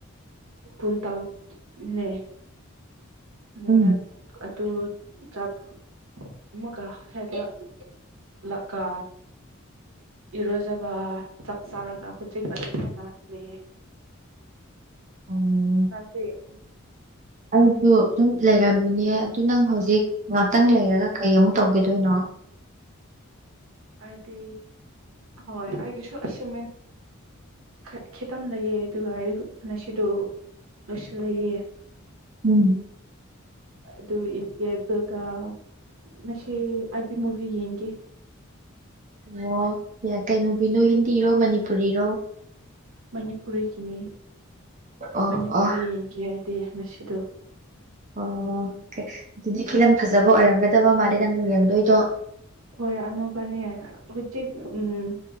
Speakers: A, on the right; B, on the right.
A: ꯄꯨꯡ ꯇꯔꯨꯛꯅꯦ ꯑꯗꯨꯅ
B: ꯎꯝ
A: ꯑꯗꯨ ꯆꯠ ꯑꯃꯨꯛꯀꯥ <unintelligible> ꯂꯥꯛꯀ ꯏꯔꯨꯖꯕ ꯆꯥꯛ ꯆꯥꯔꯒꯥ ꯍꯨꯖꯤꯛ ꯑꯃꯨꯛ ꯂꯛꯂꯦ
B: ꯑꯝ
A: ꯅꯠꯇꯦ
B: ꯑꯩꯁꯨ ꯑꯗꯨꯝ ꯂꯩꯔꯝꯃꯤꯅꯦ ꯑꯗꯨ ꯅꯪ ꯍꯧꯖꯤꯛ ꯉꯥꯛꯇꯪ ꯂꯩꯔꯒ ꯀꯩ ꯑꯃꯨꯛ ꯇꯧꯒꯤꯗꯣꯏꯅꯣ
A: ꯑꯩꯗꯤ ꯍꯣꯏ ꯑꯩꯒꯤꯁꯨ ꯑꯁꯨ ꯈꯠ ꯈꯤꯇꯪ ꯂꯩꯌꯦ ꯑꯗꯨꯒ ꯑꯩ ꯉꯁꯤꯗꯨ ꯃꯥꯁꯤꯟ ꯂꯩꯌꯦ
B: ꯎꯝ
A: ꯑꯗꯨ ꯌꯦꯛꯀꯦ ꯑꯗꯨꯒ ꯉꯁꯤ ꯑꯩꯗꯤ ꯃꯨꯚꯤ ꯌꯦꯡꯒꯦ꯫
B: ꯋꯧ ꯌꯥ ꯀꯩ ꯃꯨꯚꯤꯅꯣ ꯍꯤꯟꯗꯤꯔꯣ ꯃꯅꯤꯄꯨꯔꯤꯔꯣ
A: ꯃꯅꯤꯄꯨꯔꯤꯒꯤꯅꯤ
B: ꯑꯣ
A: ꯃꯅꯤꯄꯨꯔꯤ
B: ꯑꯣ
A: ꯌꯦꯡꯒꯦ ꯑꯩꯗꯤ ꯉꯁꯤꯗꯣ
B: ꯑꯣ ꯑꯗꯨꯗꯤ ꯐꯤꯂꯝ ꯐꯖꯕ ꯑꯣꯏꯔꯝꯒꯗꯕ ꯃꯥꯜꯂꯦ ꯅꯪꯅ ꯌꯦꯡꯗꯣꯏꯗꯣ
A: ꯍꯣꯏ ꯑꯅꯧꯕꯅꯤ ꯍꯧꯖꯤꯛ ꯎꯝ